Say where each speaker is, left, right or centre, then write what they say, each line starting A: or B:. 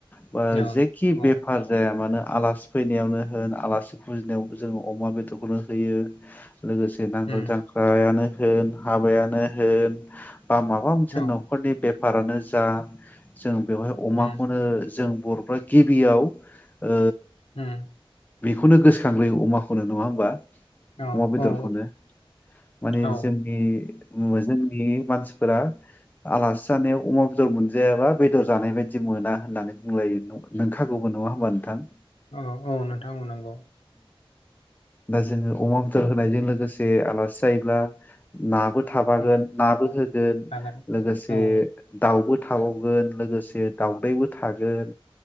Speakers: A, on the left (about 20°); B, on the left (about 80°).
A: बा
B: औ
A: जेखि
B: औ
A: बेफार जाया मानो आलासि फैनायावनो होन आलासि फुजिनायाव जों अमा बेदरखौनो होयो । लोगोसे नांगोल
B: उम
A: जांख्रायानो होन हाबायानो होन बा माबा मोनसे
B: औ
A: न'खरनि बे <unintelligible> जा जोम बेवहाय अमाखौनो
B: उम
A: जों बर' गिबियाव ओ
B: उम
A: बेखौनो गोसोखांग्रोयो । अमाखौनो नङा होमबा ।
B: औ
A: अमा बेदरखौनो
B: औ
A: माने
B: औ
A: जोंनि जोंनि मानसि फोराआ आलासि जानायाव अमा बेदर मोनजायाबा बेदर जानाय बायदि मोना होननानै बुंलायो नोंखागौबो नङा होमबा नोंथां?
B: औ औ नोंथां नोंगौ ।
A: दा जोङो अमा बेदर होनायजों लोगोसे आलासि जायोब्ला नाबो थाफागोन
B: औ
A: नाबो होगोन
B: हागोन
A: लोगोसे
B: औ
A: दाउबो थाबावगोन लोगोसे दावदैबो थागोन।